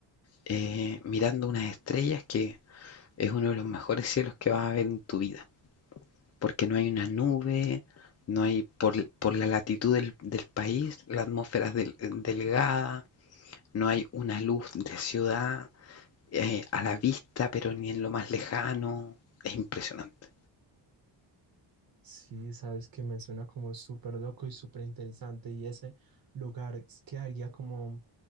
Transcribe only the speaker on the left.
eh, mirando unas estrellas que es uno de los mejores cielos que vas a ver en tu vida, porque no hay una nube, no hay, por, l- por la latitud del, del país, la atmósfera es del- eh, delgada, no hay una luz de ciudad, eh, a la vista, pero ni en lo más lejano. Es impresionante.